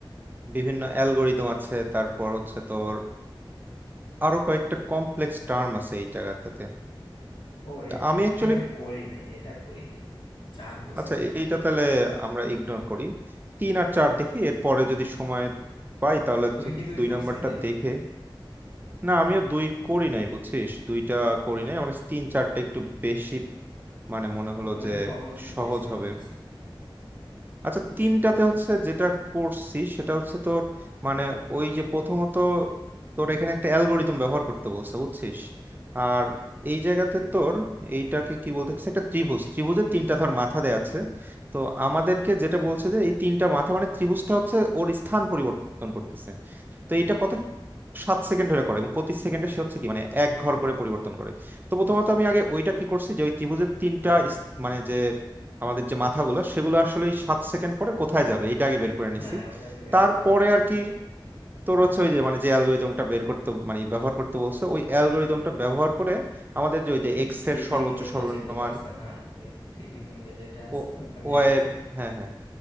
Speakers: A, on the right; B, on the left.
A: বিভিন্ন অ্যালগোরিদম আছে তারপর হচ্ছে তোর আরো কয়েকটা কমপ্লেক্স টার্ম আছে এই জায়গাটাতে
B: ও
A: তা
B: এটা
A: আমি অ্যাকচুয়ালি
B: মনে হয় করি নাই এটা করি নাই চার কোর্সিল
A: আচ্ছা এইটা তাহলে আমরা ইগনোর করি তিন আর চার দেখি এরপরে যদি সময় পাই তাহলে
B: তুই
A: তো
B: কি দুই
A: দুই
B: কোর্সিলি
A: নাম্বারটা দেখে না আমিও দুই করি নাই বুঝছিস দুইটা করি নাই আমার কাছে তিন চারটা একটু বেশি মানে মনে হলো
B: মানে
A: যে
B: ওটা সহজ মনে
A: সহজ
B: হয়েছে আমার
A: হবে
B: কাছে
A: আচ্ছা তিনটাতে হচ্ছে যেটা করছি সেটা হচ্ছে তোর মানে ওই যে প্রথমত তোর এখানে একটা অ্যালগোরিদম ব্যবহার করতে বলছে বুঝছিস আর এই জায়গাতে তোর এইটাকে কি বলতেছে একটা ত্রিভুজ ত্রিভুজের তিনটা ধর মাথা দেয়া আছে তো আমাদেরকে যেটা বলছে যে এই তিনটা মাথা মানে ত্রিভুজটা হচ্ছে ওর স্থান পরিবর্তন করতেছে তো এইটা কত সাত সেকেন্ড ধরে করে এবং প্রতি সেকেন্ডে সে হচ্ছে কি মানে এক ঘর করে পরিবর্তন করে তো প্রথমত আমি আগে ওইটা কি করছি যে ওই ত্রিভুজের তিনটা ইস- মানে যে আমাদের যে মাথাগুলো সেগুলো আসলে ওই সাত সেকেন্ড পরে কোথায় যাবে এটা আগে বের করে নিছি
B: হ্যাঁ ওটা আগে বের
A: তারপরে
B: করতে হবে
A: আর কি তোর হচ্ছে ওই যে মানে যে অ্যালগোরিদমটা বের করতে মানে ব্যবহার করতে বলছো ওই অ্যালগোরিদমটা ব্যবহার করে আমাদের যে ওই যে
B: এই
A: এক্স
B: ক্লিপিং
A: এর সর্বোচ্চ
B: উইন্ডোজ
A: সর্বনিম্ন
B: যেগুলো
A: মান
B: আছে হ্যাঁ ওই ক্লিপিং উইন্ডো যেটা আছে
A: ও
B: ওইখানে
A: ওয়াই
B: এক্সেল
A: এর হ্যাঁ হ্যাঁ